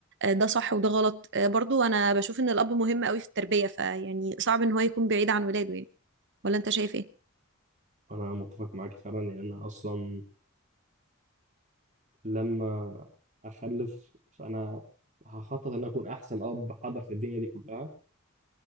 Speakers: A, on the right (about 55°); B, on the right (about 35°).
A: ده صح وده غلط آه، برضو انا بشوف ان الاب مهم قوي في التربيه فيعني صعب ان هو يكون بعيد عن ولاده يعني ولا انت شايف ايه
B: انا متفق معاك فعلا يعني انا اصلا لما اخلف فانا هخطط ان أنا اكون احسن اب حاضر في الدنيا دي كلها